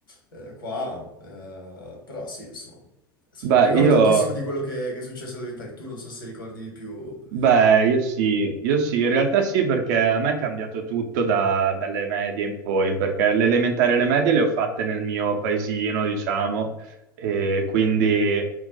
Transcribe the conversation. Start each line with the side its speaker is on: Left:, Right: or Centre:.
Left: eh, qua. eh, però sì, insomma, adesso
Right: Beh,
Left: non mi ricordo
Right: io
Left: tantissimo di quello che, che è successo alle elementari. Tu non so se ricordi di più.
Right: Beh,
Left: eh,
Right: io sì, io sì, in realtà sì, perché a me è cambiato tutto da- dalle medie in poi, perché le elementari e le medie le ho fatte nel mio paesino, diciamo, e quindi,